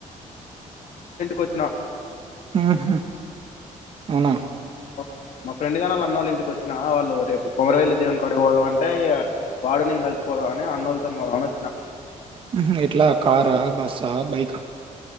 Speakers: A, on the left (about 65°); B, on the right (about 40°).
A: కొచ్చినా
B: ఆహా అవునా.
A: ఓ మా ఫ్రెండ్ గాని అనోళ్ళ ఇంటికొచ్చినా. వాళ్ళు రేపు కొమరవెల్లి దేవుని కాడికి పోదాం అంటే ఇగా వాడు నేను కలిసిపోదాం అని అనోళ్ళతో పోదాం అని అచ్చినా.
B: హుహ్ ఎట్లా కారా, బస్సా, బైకా.